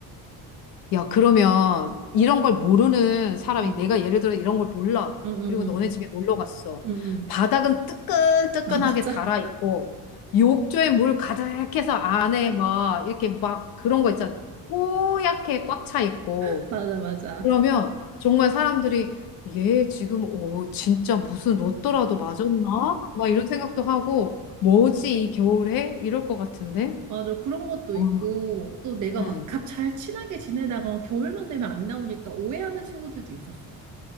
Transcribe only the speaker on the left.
야, 그러면 이런 걸 모르는 사람이
내가 예를 들어 이런 걸 몰라.
그리고
너네 집에 놀러 갔어.
바닥은 뜨끈뜨끈하게
달아 있고 욕조에 물 가득해서 안에 막 이렇게 막 그런 거 있잖아. 뽀얗게 꽉 차 있고.
그러면 정말 사람들이 얘 지금 오 진짜 무슨 로또라도 맞았나? 막 이런 생각도 하고 뭐지 이 겨울에? 이럴 것 같은데.
어.
음.